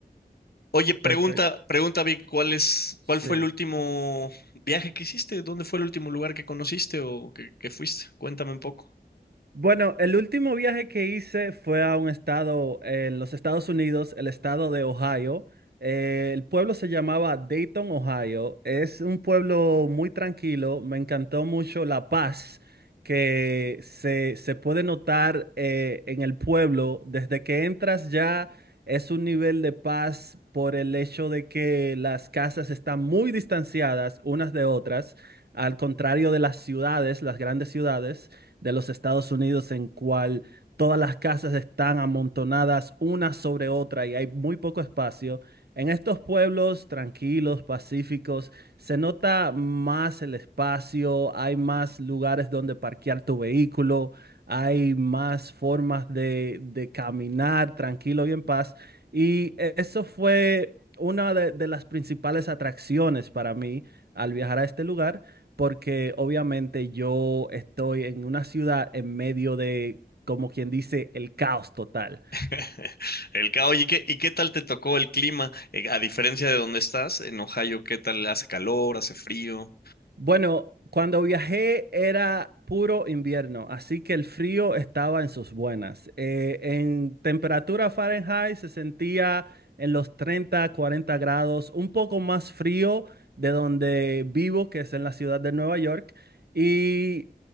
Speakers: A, on the left; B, on the right.
A: Oye, pregunta,
B: Perfecto.
A: pregunta Vic, ¿cuál es,
B: Sí.
A: cuál fue el último viaje que hiciste? ¿Dónde fue el último lugar que conociste o que, que fuiste? Cuéntame un poco.
B: Bueno, el último viaje que hice fue a un estado en los Estados Unidos, el estado de Ohio. Eh, el pueblo se llamaba Dayton, Ohio. Es un pueblo muy tranquilo. Me encantó mucho la paz que se, se puede notar eh, en el pueblo. Desde que entras ya es un nivel de paz por el hecho de que las casas están muy distanciadas unas de otras, al contrario de las ciudades, las grandes ciudades de los Estados Unidos en cual todas las casas están amontonadas una sobre otra y hay muy poco espacio. En estos pueblos tranquilos, pacíficos, se nota más el espacio, hay más lugares donde parquear tu vehículo, hay más formas de, de caminar tranquilo y en paz. Y e- eso fue una de, de las principales atracciones para mí al viajar a este lugar, porque obviamente yo estoy en una ciudad en medio de, como quien dice, el caos total.
A: <laughs> El ca- oye, ¿y qué, y qué tal te tocó el clima? Eh, a diferencia de donde estás, en Ohio, ¿qué tal hace calor, hace frío?
B: Bueno, cuando viajé era puro invierno, así que el frío estaba en sus buenas. Eh, en temperatura Fahrenheit se sentía en los 30, 40 grados, un poco más frío de donde vivo, que es en la ciudad de Nueva York, y